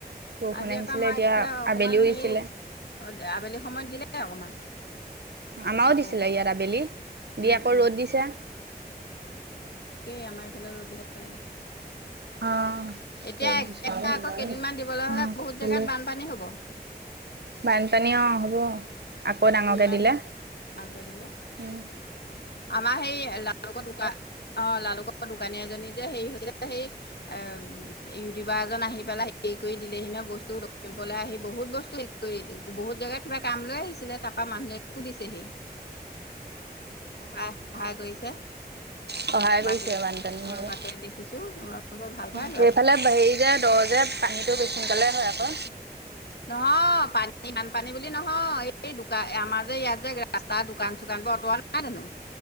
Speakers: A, on the right; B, on the left.
A: বৰষুণ
B: আজি
A: আহিছিলে
B: আকৌ আমাৰ
A: এতিয়া
B: এইফালে অকমান
A: আবেলিও দিছিলে।
B: সেই অ' আবেলি সময়ত দিলে অকমান।
A: আমাৰও দিছিলে
B: বৰষুণ
A: ইয়াত আবেলি, দি
B: উম
A: আকৌ
B: উম
A: ৰ'দ দিছে।
B: য়া আমাৰ ফালেও ৰদ দিলে। তেনেকে
A: অ',
B: এতিয়া
A: <unintelligible>
B: একেৰাহে আকৌ কেইদিনমান দিবলৈ হ'লে
A: অ'
B: বহুত
A: দিলে
B: জেগাত বানপানী হ'ব
A: বানপানী অ হ'ব আকৌ ডাঙৰকে
B: টো ইমান
A: দিলে
B: ডাঙৰকে দিলে
A: উম
B: আমাৰ সেই লালুকৰ দোকা অ লালুকৰ দোকানী এজনী যে হেৰি হৈছিলে সেই এ ম ইউটিউবাৰ এজন আহি পেলাই হেৰি কৰি দিলেহি নহ বস্তু লখিমপুৰলৈ আহি বহুত বস্তু বহুত জেগা কিবা কাম লৈ আহিছিলে তাৰপা মানুহজনীকো দিছেহি। সহা সহায় কৰিছে।
A: সহায় কৰিছে
B: বাতৰিত,
A: বানপানী
B: অ'
A: সেয়ে
B: বাতৰিত দেখিছো, বৰ ভাল পাই
A: সেইফালে
B: লৰাটো।
A: হেৰি যে, দৰ যে, পানীটো বেছ সোনকালেই হয় আকৌ।
B: নহয়, পানী বানপানী বুলি নহয়, এই দোকা আমাৰ যে ইয়াত যে ৰাস্তা দোকান চোকানবোৰ অতৰোৱা নাই জানো?